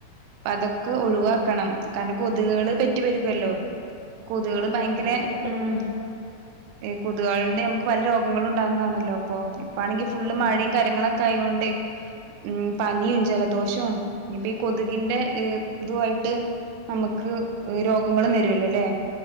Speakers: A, on the right; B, on the left.
A: അപ്പൊ അതൊക്കെ
B: ആഹ്
A: ഒഴിവാക്കണം
B: അതെ
A: കാരണം കൊതുകള് പെറ്റ് പെരുകുമല്ലോ കൊതുകള്
B: ആഹ് അതെ
A: ഭയങ്കര
B: നല്ല കൊതുകാണ്
A: ഉം. കൊതുകുകളുടെ നമുക്ക് പല രോഗങ്ങളും ഉണ്ടാവുന്നാതാണല്ലോ അപ്പോ ഇപ്പാണെങ്കിൽ ഫുള്
B: ആഹ്
A: മഴയും
B: അതെ
A: കാര്യങ്ങളൊക്കെ ആയോണ്ട് ണ്ടേ ഉം പനിയും ജലദോഷവും ഇന്നിപ്പോ ഈ കൊതുകിന്റെ ഇ് ഇതും ആയിട്ട് നമുക്ക് രോഗങ്ങളും വരുല്ലോ ല്ലേ?